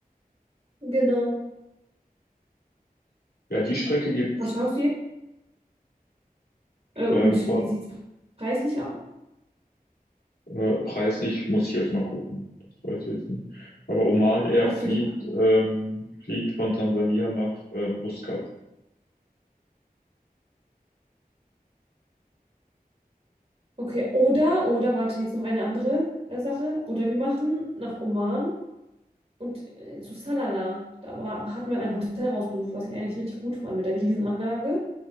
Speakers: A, on the right; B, on the left.
A: genau.
B: Ja, die Strecke gibt's
A: Was schaust du jetzt? Äh,
B: ähm,
A: und
B: von
A: wie sieht es preislich aus?
B: Äh, preislich muss ich jetzt mal gucken. Das weiß ich jetzt nicht. Aber Oman Air
A: Ach
B: fliegt,
A: so, ich dachte.
B: ähm, fliegt von Tansania nach ähm, Muscat.
A: Okay, oder, oder, warte, jetzt noch eine andere äh, Sache. Oder wir machen nach Oman und äh, zu Salalah. Da war, hatten wir ein Hotel rausgesucht, was ich eigentlich richtig gut fand mit der Riesenanlage.